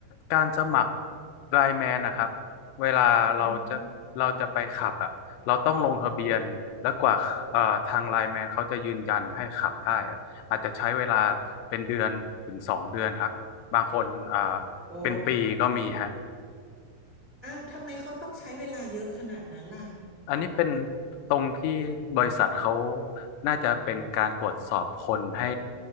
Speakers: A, on the left (about 80°); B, on the right (about 45°).
A: การสมัครไลน์แมนนะครับเวลาเราจะเราจะไปขับอ่ะเราต้องลงทะเบียนแล้วกว่าเอ่อทางไลน์แมนเขาจะยืนยันให้ขับได้อะอาจจะใช้เวลา
B: อือหือ
A: เป็นเดือนถึงสองเดือนครับบางคนเอ่อ
B: โอ้
A: เป็นปีก็มีฮะ
B: อ้าวทำไมเขาต้องใช้เวลาเยอะขนาดนั้นล่ะ
A: อันนี้เป็นตรงที่บริษัทเขาน่าจะเป็นการตรวจสอบคนให้